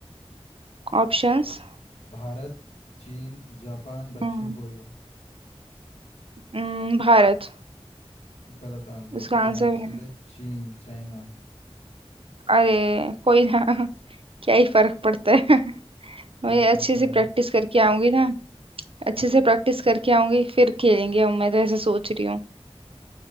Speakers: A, on the right; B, on the left.
A: ऑप्शंस
B: भारत चीन जापान दक्षिण
A: हम्म
B: कोरिया
A: हम्म, भारत
B: गलत आंसर
A: इसका
B: सही
A: आंसर
B: आंसर
A: है
B: है चीन चाइना
A: अरे कोई ना <laughs> क्या ही फर्क पड़ता है <laughs>
B: फर्क
A: मैं
B: पड़ता
A: अच्छे से प्रैक्टिस
B: है
A: करके आऊंगी ना अच्छे से प्रैक्टिस करके आऊंगी फिर खेलेंगे अब मैं तो ऐसा सोच रही हूँ